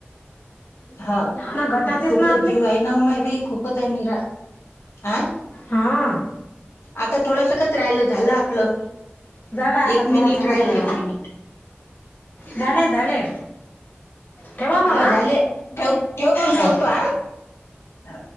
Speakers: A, on the left (about 80°); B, on the left (about 45°).
A: हा
B: ना गटाचेच
A: खूपच
B: ना
A: जीव आहे नाव मा बाई खूपच आहे निरा आ
B: हा
A: आता थोडस काच राहिलं झालं आपलं.
B: झाला आता
A: एक
B: थोडासकच
A: मिनिट राहिल
B: रायला.
A: एक मिनिट
B: झाले, झाले ठेवा मग
A: हो
B: हा
A: झाले ठेव ठेव मग
B: हो
A: ठेवतो ह हा